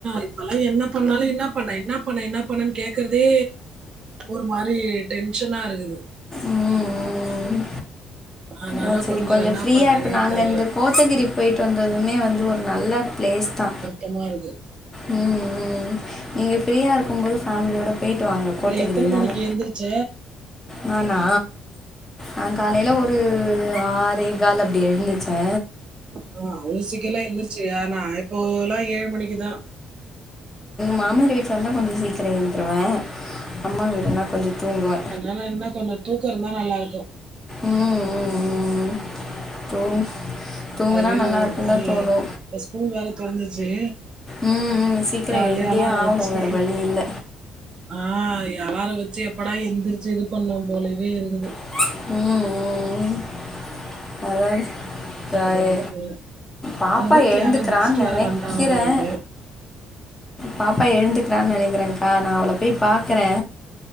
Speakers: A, on the right (about 40°); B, on the left (about 15°).
A: இப்பல்லா என்ன பண்ணாலு என்னா பண்ண என்னா இப்ப நா என்னா பண்ணனு கேக்றதே ஒரு மாரி டென்ஷனா இருக்குது
B: ம் ம்
A: அதனால
B: அ சரி
A: கொஞ்சம்
B: கொஞ்ச
A: என்ன
B: ஃப்ரீயாருப்ப
A: பண்றதுன்னே
B: நாங்க
A: தெர்ல.
B: இந்த கோத்தகிரி போயிட்டு வந்ததுமே வந்து ஒரு நல்ல ப்ளேஸ் தா
A: தமாருக்கு
B: ம் ம் நீங்க ஃப்ரீயா இருக்கு போது ஃபேமிலியோட போயிட்டு வாங்க
A: அப்புறம்
B: கோத்தகிரினாலு
A: எத்தன மணிக்கு எந்திரிச்ச?
B: நானா ஆ காலேல ஒரு து ஆரேகால் அப்டி எழுந்துச்சே
A: ஆமா அவ்ளோ சீக்கெல்லா எளுந்திருச்சு ஏன்னா இப்போல்லா ஏழு மணிக்கு தா
B: மாமி வீட்ல இருந்தா கொஞ்ச சீக்கிர எழுந்துருவே அம்மா வீடுன்னா கொஞ்ச தூங்குவே
A: ஆனா என்ன கொஞ்ச தூக்கோ இருந்தா நல்லாருக்கு
B: ம் ம் ம் ம் தூங் தூங்குனா
A: அதுவே
B: நல்லா
A: ஒரு
B: இருக்கு
A: மாரி
B: தா தோணு
A: இப்ப ஸ்கூல் வேற தொறந்துருச்சு
B: ம் ம் சீக்கிர
A: காலையிலயே
B: எழுந்தே
A: அலாரம்
B: ஆவுணு
A: வச்சு
B: வேற வழி இல்ல
A: ஆ அலாரம் வச்சு எப்படா எந்திரிச்சு இது பண்ணு போலவே இருக்குது
B: ம் ம் அதாவது
A: சொல்றதுக்கு இல்ல
B: பாப்பா
A: ஓ வீட்ல
B: எழுந்துக்கிறான்னு
A: யாராது கெஸ்ட் வேற
B: நினைக்கிறேன்
A: வன்டாங்க போலருக்கு
B: பாப்பா எழுந்துக்கிறானு நெனக்கிறே காநோ நா அவள போய் பாக்றே